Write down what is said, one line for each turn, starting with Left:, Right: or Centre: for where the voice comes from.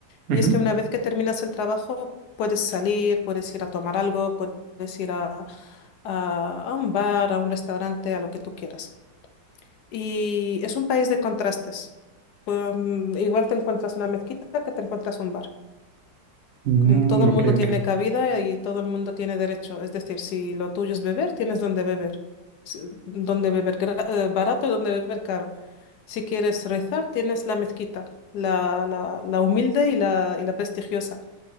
Right: ujú.
Left: Y es que una vez que terminas el trabajo, puedes salir, puedes ir a tomar algo, puedes ir a, a, a un bar, a un restaurante, a lo que tú quieras. Y es un país de contrastes. Pues, mm, igual te encuentras una mezquita que te encuentras un bar
Right: Mm,
Left: mm, todo el
Right: ok,
Left: mundo tiene
Right: ok,
Left: cabida y todo el mundo tiene derecho. Es decir, si lo tuyo es beber, tienes donde beber. Si- Donde beber gra- eh, barato y donde beber caro. Si quieres rezar, tienes la mezquita, la, la, la humilde y la, y la prestigiosa.